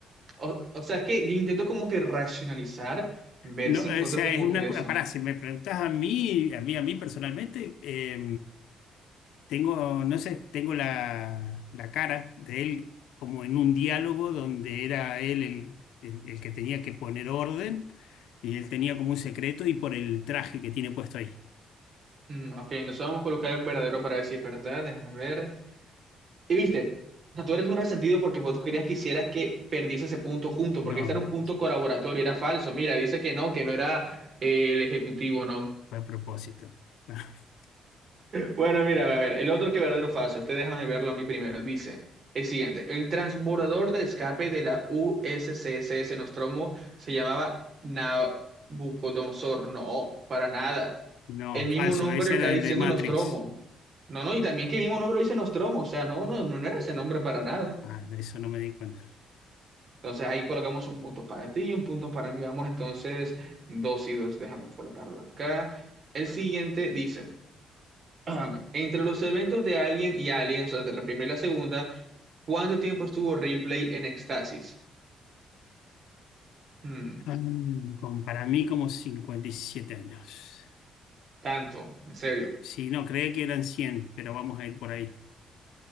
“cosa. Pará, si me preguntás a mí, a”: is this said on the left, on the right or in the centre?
Left